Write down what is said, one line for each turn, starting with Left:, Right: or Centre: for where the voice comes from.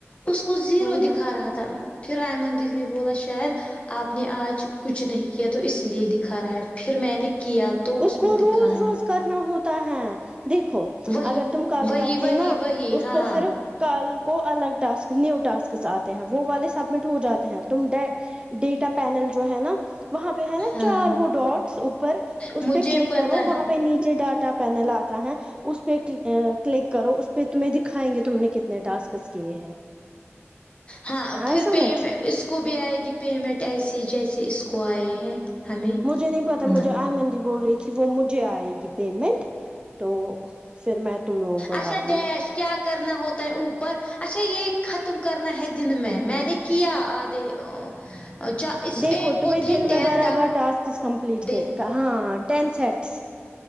Left: اس کو زیرو
Right: ہوں ہوں
Left: دکھا رہا تھا تھم پھر آیمن دیدی نے بولا شاید آپ نے آج کچھ نہیں کیا تو اس لیے دکھا رہا ہے پھر میں نے کیا تو اس
Right: کو
Left: نے
Right: روز
Left: دکھایا
Right: روز کرنا ہوتا ہے دیکھو
Left: وہی
Right: اگر تم کل
Left: وہی
Right: کرتی
Left: وہی
Right: نا
Left: وہی
Right: اس
Left: ہاں
Right: کو پھر کل کو الگ ٹاسک نیو ٹسک آتے ہیں وہ والے سبمٹ ہو جاتے ہیں تم ڈے ڈیٹا پینل جو ہے نا وہاں پہ ہے نا
Left: ہاں
Right: چار وہ ڈاٹس اوپر اس
Left: مجھے
Right: پہ کلک
Left: پتا
Right: کرو وہاں
Left: ہے
Right: پہ نیچے ڈاٹا پینل آتا ہے اس پہ کلک کرو اس پہ تمہیں دکھائیں گے تم نے کتنے ٹاسک کیے ہیں
Left: ہاں
Right: آیا
Left: پھر
Right: سمجھ
Left: پے میں اس اس کوبھی آئے گی پیمنٹ ایسی جیسے اس کو آئے ہیں ہمیں
Right: مجھے نہیں پتا
Left: نہ
Right: مجھے ائمن دی بول رہی تھی وہ مجھے آئے گی پیمنٹ تو پھر میں تم لوگوں کو
Left: اچھا
Right: ڈالوں
Left: ڈیش
Right: گی
Left: کیا کرنا ہوتا ہے اوپر اچھا یہ ختم کرنا ہے دن میں میں نے کیا آدھے ا چا اس
Right: دیکھوں
Left: ایک
Right: تم
Left: کو تھے
Right: دن میں
Left: ٹین
Right: بارہ بار ٹاسک کمپلیٹ
Left: دیکھو
Right: کر ہاں ٹین سیٹس